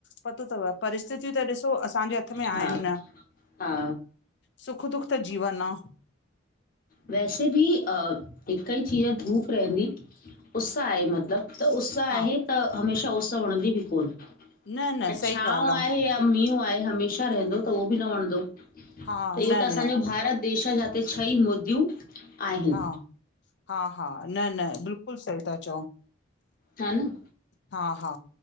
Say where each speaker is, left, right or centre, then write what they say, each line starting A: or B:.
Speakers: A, on the left; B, on the left.
A: पतो तव, परिस्थितियूं त ॾिसो असांजे हथ में आहिन
B: हा
A: न।
B: हा
A: सुख, दुख त जीवन आ।
B: वैसे भी, अ हिक ई चीज धूप रहंदी। उस्स आहे मतलब, त उस्स आहे
A: हा
B: त हमेशा उस्स वणदी बि कोन।
A: न न
B: ऐं
A: सही
B: छांव
A: ॻाल्हि
B: आहे या मींहुं आहे, हमेशा रहिंदो
A: आहे
B: त उओ बि न वंणदो,
A: हा
B: इहो
A: न
B: त असांजो
A: न
B: भारत देश जा ते छई मुदयूं आहिन।
A: हा हा हा, न न, बिल्कुल सही ता चओ।
B: हा न?
A: हा हा,